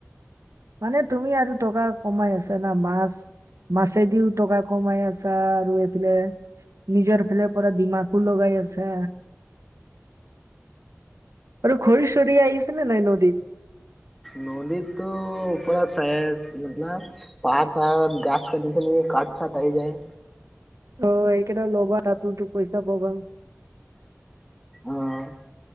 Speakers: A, on the right; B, in the centre.
A: মানে তুমি আৰু টকা কমাই আছে না মাছ মাছেদিও টকা কমাই আছা আৰু এইফালে নিজৰ ফালে পৰা দিমাকো লগাই আছা আৰু খৰি চৰি আহিছে নে নাই নদীত
B: নদীতো <unintelligible> পাহাৰ চাহৰত গাছ কাটি খলে কঠ চাঠ আহি যায়
A: অ এইকেইটা ল'বা তাতো তো পইচা পাবা
B: অহ